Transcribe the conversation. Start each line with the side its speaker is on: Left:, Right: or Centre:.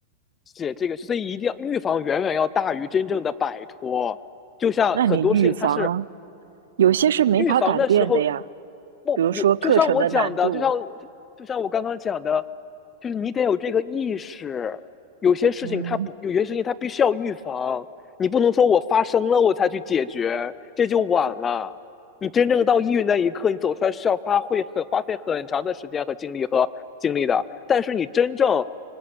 Left: 写这个，所以一定要预防远远要大于真正的摆脱。就像很多事情，
Right: 那你预防啊，
Left: 它是
Right: 有些是没法改变的呀，
Left: 预防的时候，不有就像我讲的，
Right: 比如说课程的难度。
Left: 就像我就像我刚刚讲的，就是你得有这个意识，有些事情它不，
Right: 嗯，
Left: 有些事情它必须要预防，你不能说我发生了我才去解决，这就晚了。你真正到抑郁那一刻，你走出来是要花费很花费很长的时间和精力和精力的，但是你真正。